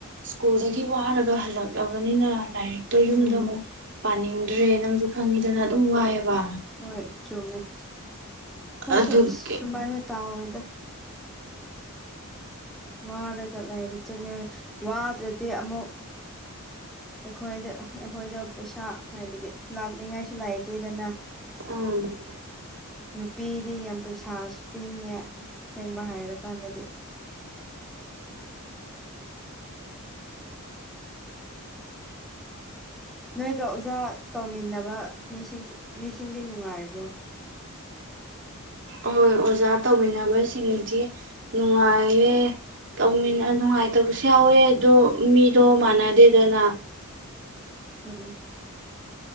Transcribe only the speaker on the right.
ꯁ꯭ꯀꯨꯜꯗꯒꯤ ꯋꯥꯔꯒ ꯍꯜꯂꯛꯂꯕꯅꯤꯅ ꯂꯥꯏꯔꯤꯛꯇꯣ ꯌꯨꯝꯗ
ꯑꯃꯨꯛ ꯄꯥꯅꯤꯡꯗ꯭ꯔꯦ ꯅꯪꯁꯨ ꯈꯪꯉꯤꯗꯅ
ꯑꯗꯨꯝ ꯋꯥꯏꯑꯦꯕ
ꯑꯗꯨꯒꯤ
ꯎꯝ
ꯑꯣꯏ ꯑꯣꯖꯥ ꯇꯧꯃꯤꯟꯅꯕꯁꯤꯡꯗꯤ ꯅꯨꯡꯉꯥꯏꯌꯦ ꯇꯧꯃꯤꯟ ꯑ ꯅꯨꯡꯉꯥꯏꯇꯕꯁꯨ ꯌꯥꯎꯋꯦ ꯑꯗꯣ ꯃꯤꯗꯣ
ꯃꯥꯟꯅꯗꯦꯗꯅ